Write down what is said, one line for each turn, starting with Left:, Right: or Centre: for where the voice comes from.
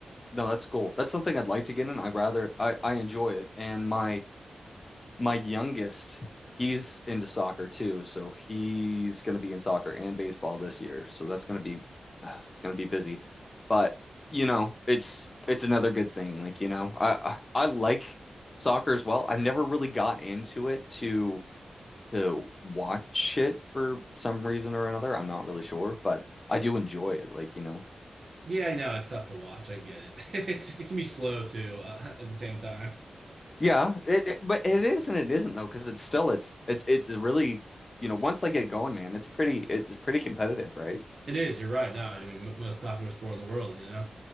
Left: No, that's cool. That's something I'd like to get in. I rather I I enjoy it. And my my youngest, he's into soccer too, so he's going to be in soccer and baseball this year. So that's going to be <sighs> uh, it's going to be busy. But, you know, it's it's another good thing. Like, you know, I I, I like soccer as well. I've never really got into it to to watch it for some reason or another. I'm not really sure, but I do enjoy it. Like, you know.
Right: Yeah, you know it's tough to watch. I get it. <laughs> It's it can be slow too uh, <laughs> at the same time.
Left: Yeah, it, it- but it is and it isn't though, because it's still it's it's it's a really you know once they get going, man, it's pretty it's it's pretty competitive, right?
Right: It is. You're right. No, I mean m most popular sport in the world. You know.